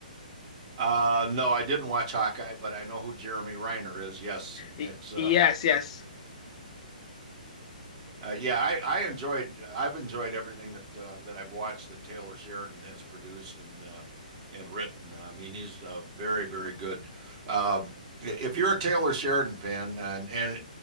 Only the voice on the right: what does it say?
Uh, no, I didn't watch Hawkeye, but I know who Jeremy Reiner is. Yes, and
it's uh,
uh yeah, I, I enjoyed I've enjoyed everything that uh, that I've watched that Taylor Sheridan has produced and uh, and written. I mean, he's uh, very very good. Uh, if you're a Taylor Sheridan fan and and